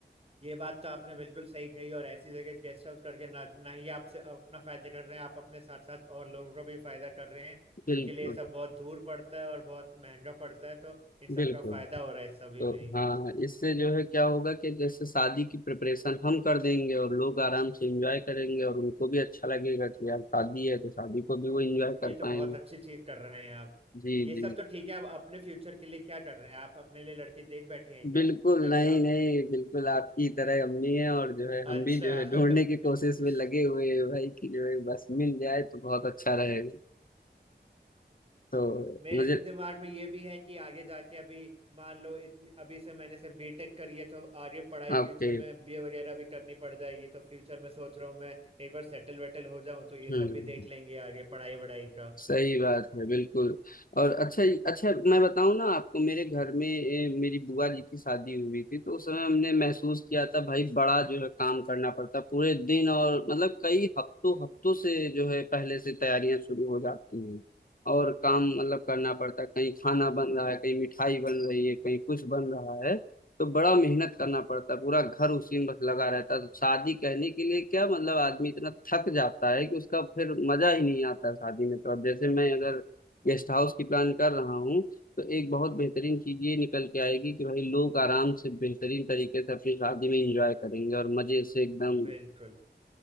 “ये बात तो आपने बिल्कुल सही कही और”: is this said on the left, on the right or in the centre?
Right